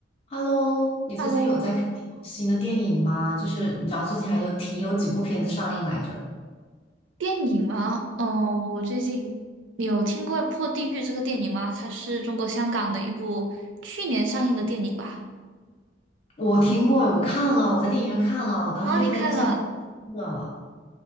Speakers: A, on the left; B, on the right.
A: Hello，你最近有在看新的电影吗？
B: Hello，
A: 就是你知道最近还有挺有几部片子上映来着，
B: 电影吗？嗯，我最近你有听过《破地狱》这个电影吗？它是中国香港的一部去年上映的电影吧？
A: 我听过，我看了，我在电影院看了，我当时对他印象
B: 啊，你看了，
A: 真的